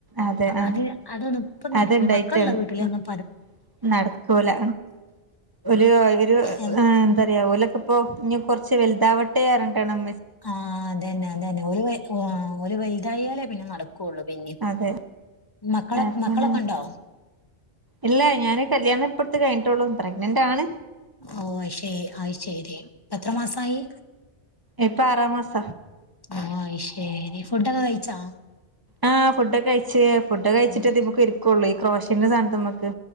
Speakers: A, on the right; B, on the left.
A: അതെ ആഹ്
B: അതി അതൊന്നു ഇപ്പം നട്ക്കൂല
A: അത്ണ്ടായിട്ടാണ്
B: മക്കൾള്ള വീട്ടിലന്നും
A: നടക്കൂല ഒരു ഒരു
B: ആഹ്
A: എന്താ പറയാ ഓലൊക്കെ ഇപ്പോ ഇനി കുറച്ച് വലുതാവട്ട ട്ടേ അറ്ണ്ടണം
B: ആഹ് അതന്നെ അതന്നെ ഒരു ഓ ഒരു വൈുതായാലേ പിന്നെ നടക്കുള്ളൂ പിന്നെ
A: അതെ
B: മക്കളോ
A: അപ്പന്നെ
B: മക്കളൊക്കെ ഉണ്ടോ
A: ഇല്ല ഞാന് കല്യാണം ഇഴത്തു കഴിഞ്ഞട്ടുള്ളൂ പ്രഗ്നന്റ് ആണ്
B: ഓ ശെ ആയി ശരി എത്ര മാസായി
A: ഇപ്പൊ ആറ് മാസ
B: ആഹ് ശെരി ഫുഡൊക്കെ കഴിച്ചാ
A: ആഹ് ഫുഡ്ൊക്കെ കഴച്ച് ആഹ് ഫുഡൊക്ക കഴിച്ചിട്ട്
B: ഉം
A: നമക്ക് ഇര്ക്കുള്ളൂ ക്രോഷൻന്റെ സാധൻ നമുക്ക്